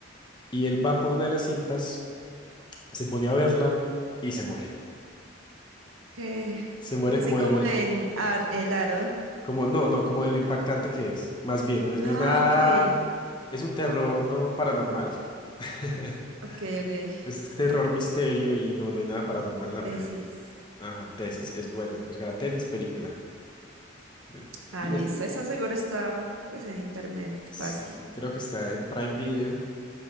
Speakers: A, on the left; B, on the right.
A: Y él va por una de las cintas, se pone a verla y se muere.
B: ¿Qué?
A: Se muere
B: Así
A: como
B: como
A: de lo,
B: en ar- El Aro.
A: Como, no, no, como de lo impactante que es. Más bien, no es,
B: Ah,
A: no es nada.
B: ok.
A: Es un terror no paranormal. <laughs>
B: Ok, ok.
A: Es terror misterio y no, no hay nada paranormal en la
B: Tesis.
A: peli. Ajá, tesis, es buena. Buscar la tesis, película. Eh,
B: Ah,
A: Y
B: listo.
A: es-
B: Esa seguro está pues en internet, fácil.
A: sí, creo que está en Prime Video.